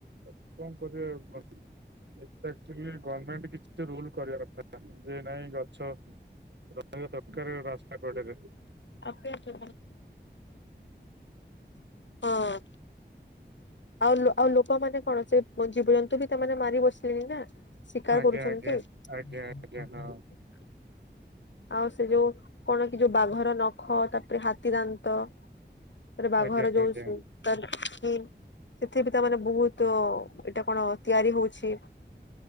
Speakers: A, on the right (about 70°); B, on the left (about 80°).
A: କଣ କରିବେ ଆଉ କ ଏଇଟା ଆକ୍ଚୁଲି ଗର୍ମେଣ୍ଟ କିଛି ରୁଲ କରିବା କଥା ଯେ ନାଇଁ ଗଛ ରହିଆ ଦକାର ରାସ୍ତା କଡରେ।
B: ଆପେ ଆପେ <unintelligible> ହଁ। ଆଉ ଆଉ ଲୋକ ମାନେ କଣ ସେ ଜୀବଜନ୍ତୁ ବି ତା ମାନେ ମାରି ବସିଲେଣିି ନା। ଶିକାର
A: ଆଜ୍ଞା
B: କରୁଚନ୍ତି
A: ଆଜ୍ଞା ଆଜ୍ଞା
B: <unintelligible>
A: ଆଜ୍ଞା ହଁ
B: ଆଉ ସେ ଯୋଉ କଣ କି ଯୋଉ ବାଘର ନ ଖ ତାପରେ ହାତୀ ଦାନ୍ତ ତାରେ ବାଘର
A: ଆଜ୍ଞା
B: ଯୋଉ
A: ଆଜ୍ଞା
B: ସୁ ତାର ସି ସେଥିରେ ବି ତା ମାନେ ବହୁତ୍ ଏଇଟା କଣ ତିଆରି ହଉଛି।